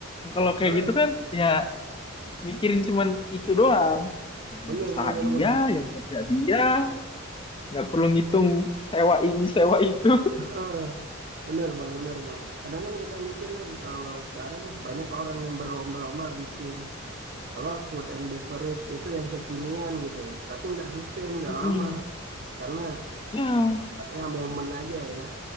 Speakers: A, on the left; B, on the right.
A: Kalau kayak
B: Soalnya
A: gitu kan, ya mikirin cuman itu doang. Yang
B: bener-bener
A: usaha dia,
B: bang.
A: yang kerja dia, nggak perlu ngitung sewa ini, sewa itu.
B: Eh, Bener bang, bener bang. Kadang kan kita mikir kan kalau sekarang banyak orang yang berlomba-lomba bikin apa food and beverage itu yang kekinian gitu. Tapi nggak sustain,
A: <laughs>
B: nggak
A: Mm-mm.
B: lama. Karena
A: Iya,
B: sifatnya momen aja ya.